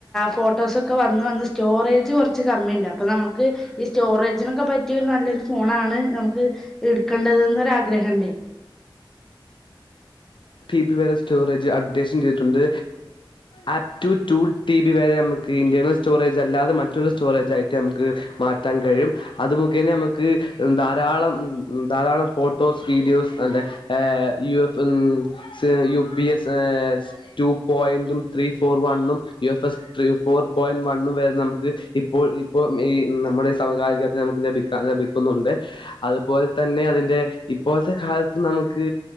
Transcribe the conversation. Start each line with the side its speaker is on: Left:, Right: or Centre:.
Centre: ഫോട്ടോ ഫോട്ടോസൊക്കെ വന്ന് വന്ന് സ്റ്റോറേജ് കുറച്ച് കമ്മിയുണ്ട് അപ്പോൾ നമുക്ക് ഈ സ്റ്റോറേജിനൊക്കെ പറ്റിയ ഒരു നല്ലൊരു ഫോൺ ഫോണാണ് നമുക്ക് എടുക്കേണ്ടത് എന്ന് ഒരു ആഗ്രഹംണ്ടേ.
Left: ടി ബി വരെ സ്റ്റോറേജ് അപ്ഡേഷൻ ചെയ്തിട്ടുണ്ട്. Up to two T B വരെ നമു ക്ക് ഇന്റേർണൽ സ്റ്റോറേജ് അല്ലാതെ മറ്റൊരു സ്റ്റോറേജ് ആയ്ട്ടു നമുക്ക് മാറ്റാൻ കഴിയും. അത് മുഖേനേ നമുക്ക് ധാരാളം ധാരാളം ഫോട്ടോസ് വീഡിയോസ് നല്ല ഏഹ് U F S U P S two പോയിന്റും ത്രീ ഫോർ വണ്ണും U F S four four point one വരെ നമുക്ക് ഇപ്പോൾ ഇപ്പ ഈ നമ്മുടെ സമകാലിക നമുക്ക് ലഭിക്കാ ലഭിക്കുന്നു. ഉണ്ട് അതുപോലെ തന്നെ അതിന്റെ ഇപ്പോഴത്തെ കാലത്ത് നമുക്ക്